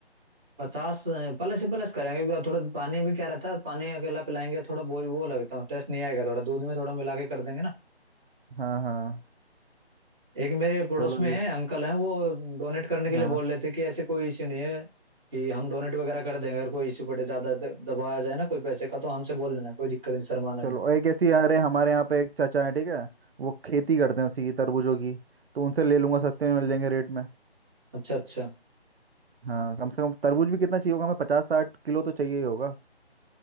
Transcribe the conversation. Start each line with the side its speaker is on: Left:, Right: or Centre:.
Centre: पचास प्लस ही प्लस करेंगे क्योंकि थोड़ा पानी भी क्या रहता है पानी अकेला पिलाएंगे थोड़ा वो वो लगता है टेस्ट नहीं आएगा थोड़ा दूध में थोड़ा मिला के कर देंगे ना
Right: हाँ हाँ
Centre: एक मेरे पड़ोस
Right: चलो
Centre: में है
Right: ये
Centre: अंकल हैं वो डोनेट करने के
Right: हाँ
Centre: लिए बोल रहे थे कि ऐसे कोई इश्यू नहीं है कि हम डोनेट वगैरह कर देंगे अगर कोई इश्यू पड़े ज्यादा द- दबाया जाए ना कोई पैसे का तो हमसे बोल लेना कोई दिक्कत नहीं शर्माना नहीं
Right: चलो एक ऐसी अरे हमारे यहाँ पे एक चाचा है ठीक है वो खेती करते हैं उसी की तरबूजों की तो उनसे ले लूंगा सस्ते में मिल जाएंगे रेट में
Centre: अच्छा अच्छा
Right: हाँ कम से कम तरबूज भी कितना चाहिए होगा हमें पचास साठ किलो तो चाहिए ही होगा